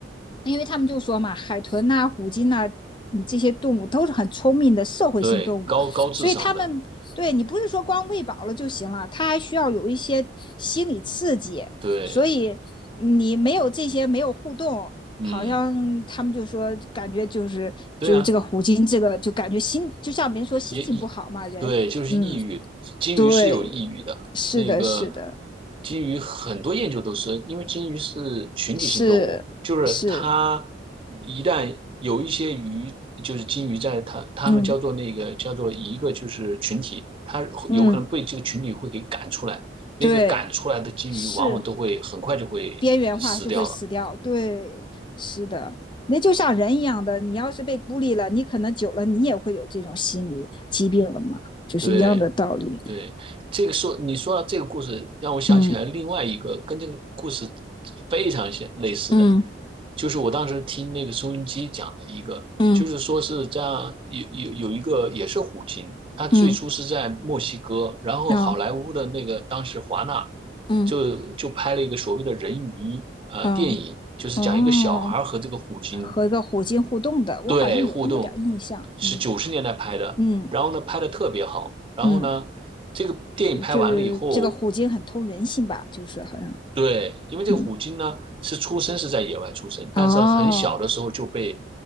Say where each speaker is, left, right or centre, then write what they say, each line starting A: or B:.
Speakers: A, on the left; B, on the right.
A: 因为他们就说嘛，海豚呐、啊虎鲸呐、啊这些动物都是很聪明的社会性动物，
B: 对，高高智商的，
A: 所以他们对你不是说光喂饱了就行了，他还需要有一些心理刺激。
B: 对，
A: 所以你没有这些，没有互动，
B: 嗯，
A: 好像他们就说感觉就是就是这个虎鲸，
B: 对呀。
A: 这个就感觉心就像别人说心情不好嘛，
B: 也抑，
A: 人，
B: 对，就是抑郁。
A: 嗯，
B: 金鱼是有抑郁的，
A: 对，是的，
B: 那个
A: 是的，
B: 金鱼很多研究都是，因为金鱼是群体性动物，
A: 是是，
B: 就是它一旦有一些鱼，就是金鱼在它它们叫做那个叫做一个就是群体，
A: 嗯
B: 它会有可能被这个群体会给赶出来，
A: 嗯，
B: 那个赶出来的金鱼往往都会很快就会死掉了。
A: 对，是。边缘化就会死掉。对，是的，那就像人一样的，你要是被孤立了，你可能久了你也会有这种心理疾病了嘛，就是一样的道理。
B: 对，对，这个说你说到这个故事，让我想起来另外一个跟这个故事
A: 嗯
B: 非常像类似的，
A: 嗯
B: 就是我当时听那个收音机讲的一个，
A: 嗯
B: 就是说是这样有有有一个也是虎鲸，它最初是在墨西哥，
A: 嗯
B: 然后好莱坞的那个当时华纳
A: 啊嗯
B: 就就拍了一个所谓的人鱼呃电影，
A: 嗯
B: 就是讲一个小孩和这个虎鲸
A: 哦，和一个虎鲸互动的，我好像有那么点儿印象。
B: 对，互动是九十年代拍的，
A: 嗯嗯
B: 然后呢拍的特别好，然后呢，
A: 嗯，
B: 这个电影拍完了以后，
A: 就就是这个虎鲸很通人性吧，就是好像
B: 对，因为这个虎鲸呢是出生是在野外出生，
A: 嗯哦，
B: 但是很小的时候就被